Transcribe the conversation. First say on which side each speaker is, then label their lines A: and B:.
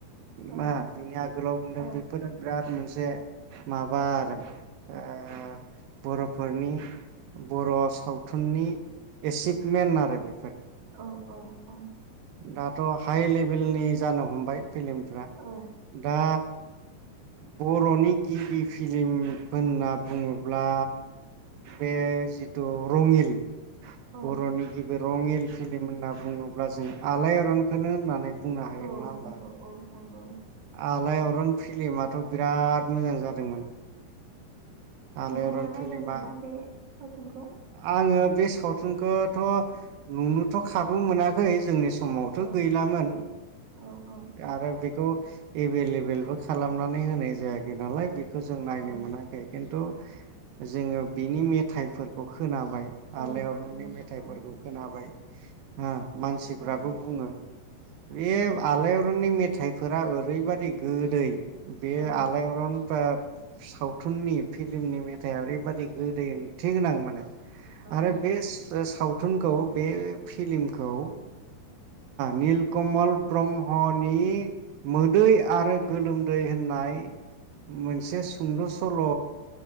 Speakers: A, on the right; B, on the right.
A: औ
B: मा बिनि आगोलाव मोनदों
A: औ
B: बेफोरो बिराद मोनस बे माबा आरो ओ बर'फोरनि बर' सावथुननि एसिभमेन्ट आरो बे।
A: औ औ औ
B: दाथ' हाइ लेभेलनि जानो हमबाय फिलमफ्रा
A: औ
B: दा बर'नि गिबि फिलम होनना बुङोब्ला बे जिथु रङिल
A: औ
B: बर'नि गिबि रङिल फिलिम होनना बुङोब्ला जों आलाय अरनखोनो होननानै बुंनो हायो
A: औ
B: नङा होमबा।
A: नंगौ औ नंगौ
B: आलाय अरन फिलिमाथ' बिराद मोजां जादोंमोन आलायअरन
A: नोंथाङा नायदोंमोन
B: फिलिमा
A: ना बे सावथुनखौ
B: आंङो बे सावथुनखौथ' नुनोथ' खाबु मोनाखै जोंनि समावथ'
A: औ
B: गैलामोन
A: औ औ
B: आरो बेखौ एभेलेबेलबो खालामनानै होनाय जायाखै नालाय बेखौ बेखौ जों नायनो
A: औ
B: मोनाखै खिन्थु जोङो बिनि मेथाइफोरखौ खोनाबाय
A: औ
B: आलाय अरननि
A: औ नंगौ
B: मेथाइफोरखौ
A: औ
B: खोनाबाय। अह मानसिफ्राबो
A: औ
B: बुङो। बे आलाय अरननि मेथाइफोरानो ओरैबायादि गोदै। बेयो
A: औ
B: आलायअरन सावथुननि फिलिमनि मेथाइआ ओरैबायादि गोदै ओंथि गोनां माने।
A: औ
B: आरो बेस सावथुनखौ बे फिलिमखौ। निल कमल ब्रह्म <unintelligible> मोदै आरो गोलोमदै होननाय मोनसे सुंद' सल'